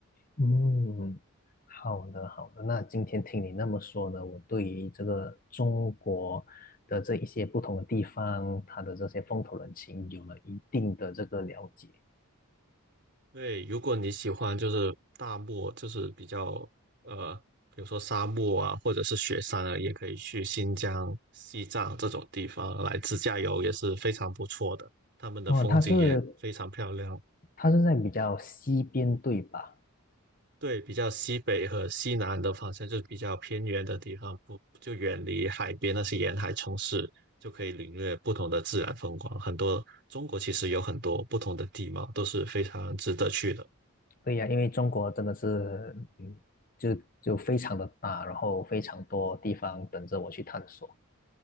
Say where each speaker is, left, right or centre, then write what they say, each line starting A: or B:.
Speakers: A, on the left; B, on the right.
A: 嗯，好的好的。那今天听你那么说呢，我对于这个中国的这一些不同的地方，它的这些风土人情有了一定的这个了解。
B: 对，如果你喜欢就是大漠，就是比较呃，比如说沙漠啊，或者是雪山啊，也可以去新疆、西藏这种地方来自驾游，也是非常不错的。他们的风景也非常漂亮。
A: 哦，它是它是在比较西边对吧？
B: 对，比较西北和西南的方向，就是比较偏远的地方，不就远离海边那些沿海城市，就可以领略不同的自然风光。很多中国其实有很多不同的地貌，都是非常值得去的。
A: 对呀，因为中国真的是，嗯，就就非常的大，然后非常多地方等着我去探索。